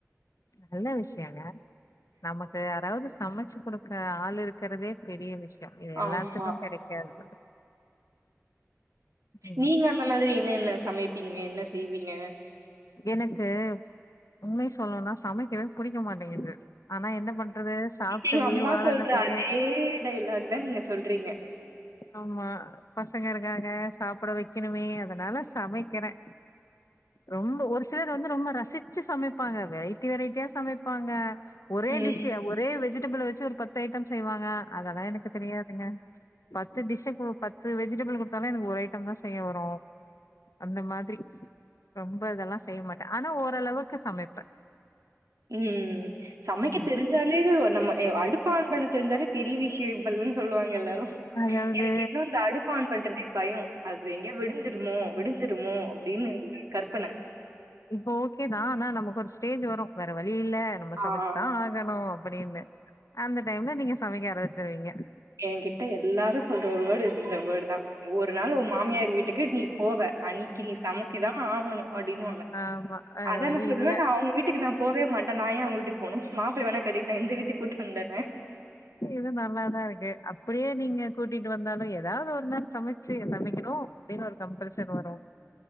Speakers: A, on the left; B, on the right.
A: நல்ல விஷ்யங்க நமக்கு யாராவ்து சமச்சு கொடுக்ற ஆள் இருக்கறதே. பெரிய விஷ்யோ இது எல்லாத்துக்கு
B: ஆமா.
A: கெடைக்காது ம்
B: நீங்க அந்த மாதிரி என்னென்ன சமைப்பீங்க என்ன செய்வீங்க
A: எனக்கு உண்மைய சொல்னுன்னா சமைக்கவே புடிக்க மாட்டேங்குது ஆனா என்ன பண்றது சாப்ட்டு
B: எங்க
A: உயிர்
B: அம்மா
A: வாழணுமே
B: சொல்ற அதே டயலாக் தான் நீங்க சொல்றீங்க.
A: ஆமா பசங்க இருக்காங்க சாப்புட வெக்கணுமே அதனால சமைக்கிறே ரொம்ப ஒரு சிலர் வந்து ரொம்ப ரசிச்சு சமைப்பாங்க வெரைட்டி வெரைட்டியா சமைப்பாங்க ஒரே
B: ம்.
A: டிஷ்ஷு ஒரே வெஜிடபிள வெச்சு ஒரு பத்து ஐட்டம் செய்வாங்க அதெல்லா எனக்கு தெரியாதுங்க பத்து டிஷ்ஷ குடு பத்து வெஜிடபிள் குட்த்தாலு எனக்கு ஒரு ஐட்டம் தா செய்ய வரு அந்த மாதிரி ரொம்ப இதெல்லாசெய்ய மாட்டே ஆனா ஓரளவுக்கு சமைப்பே
B: ம் சமைக்க
A: ம்
B: தெரிஞ்சாலே ஒரு நம்ம ஏ அடுப்ப ஆன் பண்ண தெரிஞ்சாலே பெரிய விஷ்யோ இப் பல்னு சொல்லுவாங்க எல்லாரு
A: அதாவது
B: எனக்கு இன்னு அந்த அடுப் அடுப்பு ஆன் பண்றதே பயோ அது எங்கயோ வெடிஞ்சிருமோ வெடிஞ்சிருமோ அப்டின்னு ஒரு கற்பன
A: இப்ப ஓகே தா ஆனா நமக்கு ஒரு ஸ்டேஜ் வரு வேற வழி இல்ல நம்ம
B: ஆ.
A: சமச்சுதா ஆகணு அப்டின்னு அந்த டைம்ல நீங்க சமைக்க ஆரம்பிச்சிருவீங்க
B: ஏங்கிட்ட எல்லாரு சொல்ற ஒரு வேர்ட் இந்த வேர்டு தா ஒரு நாள் ஒ மாமியார் வீட்டுக்கு நீ போவ அன்னிக்கி நீ சமச்சிதா ஆகணு அப்டின்னுவாங்க
A: ஆமா வேற
B: அதா
A: வழி
B: நா சொல்லுவே
A: இல்ல
B: நா அவுங்க வீட் டுக்கு நா போவே மாட்டே நா ஏ அவ்ங்க வீட்டுக்கு போனு மாப்ளையா வேணா கட்டிட்டு இந்த வீட்டுக்கு கூட்டு வந்துறே
A: ஏ இது நல்லாதா இருக்கு அப்டியே நீங்க கூட்டிட்டு வந்தாலு எதாவ்து ஒரு நாள் சமச்சு சமைக்கணு அப்டின்னு ஒரு கம்பல்ஷன் வரு